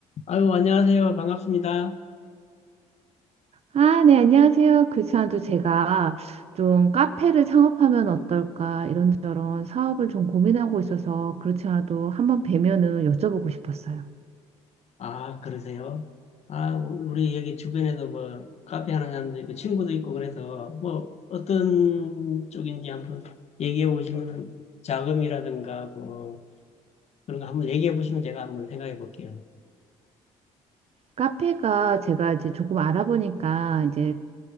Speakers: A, on the left; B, on the right.
A: 아유, 안녕하세요. 반갑습니다.
B: 아, 네, 안녕하세요. 그지만도 제가 좀 카페를 창업하면 어떨까 이런저런 사업을 좀 고민하고 있어서 그렇지 않아도 한번 뵈면은 여쭤보고 싶었어요.
A: 아, 그러세요? 아, 우- 우리 여기 주변에도 뭐, 카페 하는 사람도 있고, 친구도 있고, 그래서, 뭐, 어떤 쪽인지 한번 얘기해 보시면, 자금이라든가, 뭐, 그런 거 한번 얘기해 보시면 제가 한번 생각해 볼게요.
B: 카페가 제가 이제 조금 알아보니까 이제